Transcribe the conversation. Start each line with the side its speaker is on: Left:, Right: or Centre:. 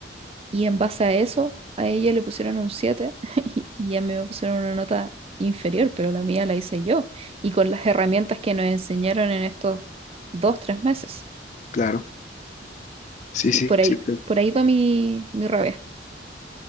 Right: Y en base a eso, a ella le pusieron un 7 <laughs> y y a mí me pusieron una nota inferior, pero la mía la hice yo y con las herramientas que nos enseñaron en estos dos, tres meses.
Left: claro. Sí,
Right: Sí,
Left: sí,
Right: por
Left: sí,
Right: ahí,
Left: te-
Right: por ahí va mi, mi rabia.